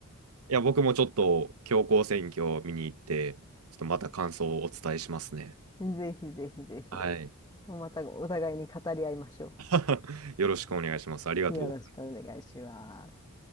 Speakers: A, on the right; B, on the left.
A: や、僕もちょっと強行選挙を見に行って、ちょっとまた感想をお伝えしますね。
B: ぜひぜひぜひ。
A: はい。
B: またお互いに語り合いましょ
A: <laughs> よろしくお願いします。ありがとう。
B: う。よろしくお願いします。